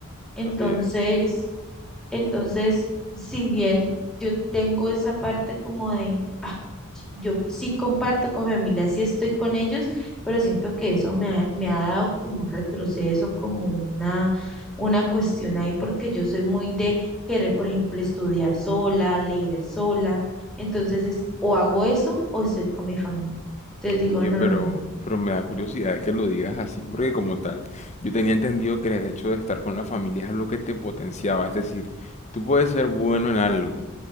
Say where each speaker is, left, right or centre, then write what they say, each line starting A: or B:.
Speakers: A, in the centre; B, on the left.
A: Entonces,
B: así es.
A: entonces, si bien yo tengo esa parte como de y- Yo sí comparto con familia, sí estoy con ellos, pero siento que eso me ha, me ha dado como un retroceso, como una, una cuestión ahí, porque yo soy muy de querer, por ejemplo, estudiar sola, leer sola. Entonces es o hago eso o estoy con mi familia. Entonces digo,
B: Oye,
A: no,
B: pero,
A: no, no.
B: pero me da curiosidad que lo digas así, porque como tal, yo tenía entendido que el hecho de estar con la familia es algo que te potenciaba, es decir, tú puedes ser bueno en algo,